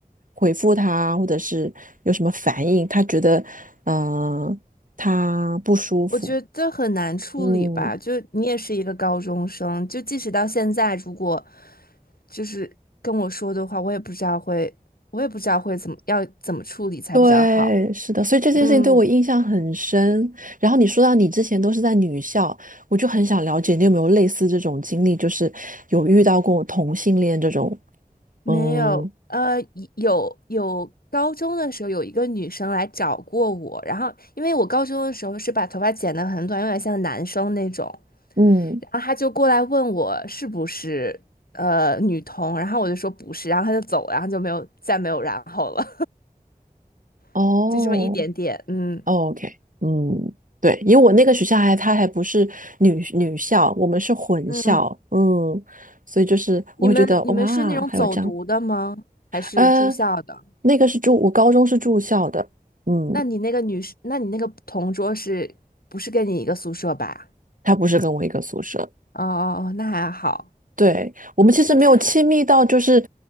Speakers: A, on the right; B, on the left.
A: 回复他，或者是有什么反应，他觉得嗯、呃他不舒服，
B: 我觉得很难处理吧。
A: 嗯。
B: 就你也是一个高中生，就即使到现在，如果就是跟我说的话，我也不知道会，我也不知道会怎么要怎么处理才比较好。
A: 对，是的，所以这件事情对我印象很深。
B: 嗯，
A: 然后你说到你之前都是在女校，我就很想了解你有没有类似这种经历，就是有遇到过同性恋这种，
B: 没有，
A: 嗯
B: 呃，有有高中的时候有一个女生来找过我，然后因为我高中的时候是把头发剪得很短，有点像男生那种。
A: 嗯，
B: 然后他就过来问我是不是呃女同，然后我就说不是，然后他就走了然后就没有再没有然后了，
A: 哦，
B: <laughs> 就这么一点点。嗯
A: 哦 OK，嗯，对，因为我那个学校还它还不是女女校，我们是混校，
B: 嗯，
A: 嗯，所以就是我会觉得哇，
B: 你们你们是那种走读的吗？
A: 还有这样，
B: 还是住校的？
A: 呃，那个是住，我高中是住校的，嗯，
B: 那你那个女生，那你那个同桌是不是跟你一个宿舍吧？
A: 他不是跟我一个宿舍，
B: 哦哦哦，那还好。
A: 对，我们其实没有亲密到，
B: 那他
A: 就是，